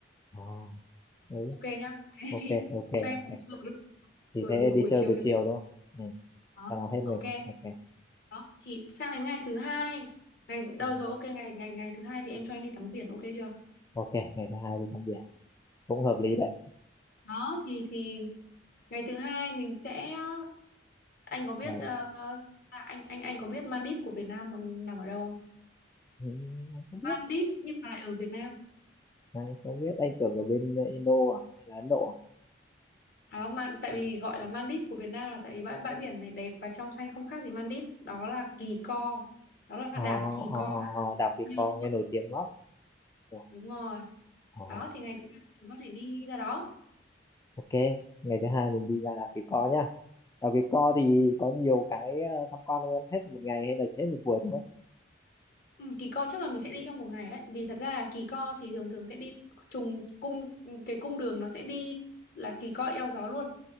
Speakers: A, on the left (about 15°); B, on the left (about 55°).
A: ờ ừ,
B: ok nhá <laughs>
A: ok ok
B: cho em
A: ok
B: ngủ trưa một lúc,
A: thì
B: buổi
A: sẽ
B: buổi buổi
A: đi chơi
B: chiều
A: buổi
B: thì
A: chiều đúng không ừ
B: đó
A: cho nó hết
B: ok
A: mình ok
B: đó thì sang đến ngày thứ hai ngày đâu
A: Ừ.
B: rồi ok ngày ngày ngày thứ hai thì em cho anh đi tắm biển ok chưa
A: Ok, ngày thứ hai đi tắm biển cũng hợp lý đấy.
B: đó thì thì ngày thứ hai mình sẽ ờ, anh có biết
A: Là
B: ờ, à, anh anh anh có biết Maldives của Việt Nam nằm ở đâu không?
A: ừ, không biết,
B: Maldives nhưng mà lại ở Việt Nam.
A: anh không biết anh tưởng ở bên Indo à hay là Ấn Độ à?
B: Đó mà tại vì gọi là Maldives của Việt Nam là tại vì bãi bãi biển này đẹp và trong xanh không khác gì Maldives. Đó là Kỳ Co. Đó là
A: Ờ,
B: đảo Kỳ
A: ờ,
B: Co
A: ờ, ờ, đảo Kỳ
B: Nhơn.
A: Co nghe nổi tiếng lắm. Ủa,
B: Đúng rồi.
A: Ờ,
B: Đó thì ngày thứ hai mình có thể đi ra đó.
A: ok, ngày thứ hai mình đi ra đảo Kỳ Co nhá. Đảo Kỳ Co thì có nhiều cái ờ, tham quan không em hết một ngày hay là sẽ hết một buổi thôi?
B: Ừ, Kỳ Co chắc là mình sẽ đi trong một ngày đấy. Vì thật ra là Kỳ Co thì thường thường sẽ đi trùng cung cái cung đường nó sẽ đi là Kỳ Co eo gió luôn.